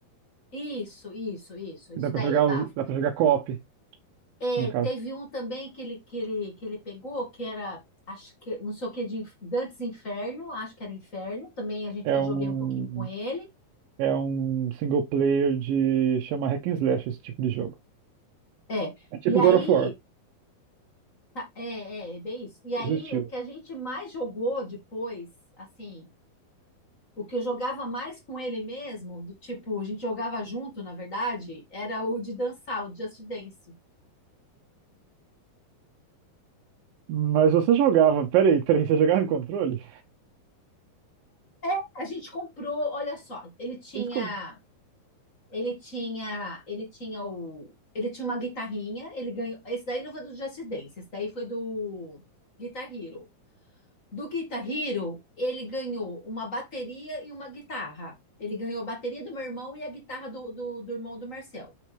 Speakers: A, on the left; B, on the right.
A: Isso, isso, isso, isso
B: Dá pra
A: daí
B: jogar,
A: eu dava.
B: os- dá pra jogar co-op,
A: É,
B: no caso.
A: teve um também que ele, que ele, que ele pegou, que era, acho que, não sei o que, de Inf- Dantes Inferno, acho que era Inferno, também a gente,
B: É
A: eu
B: um,
A: joguei um pouquinho com ele.
B: é um single player de. Chama Hack and Slash esse tipo de jogo.
A: É,
B: É tipo
A: e aí,
B: God of War,
A: é, é, é bem isso. E aí,
B: esse estilo.
A: o que a gente mais jogou depois, assim, o que eu jogava mais com ele mesmo, do tipo, a gente jogava junto, na verdade, era o de dançar, o Just Dance.
B: Mas você jogava. Peraí, peraí, você jogava em controle?
A: É, a gente comprou, olha só, ele tinha.
B: Isso com
A: Ele tinha, ele tinha o, ele tinha uma guitarrinha, ele ganhou. Esse daí não foi do Just Dance, esse daí foi do Guitar Hero. Do Guitar Hero, ele ganhou uma bateria e uma guitarra. Ele ganhou a bateria do meu irmão e a guitarra do, do, do irmão do Marcel,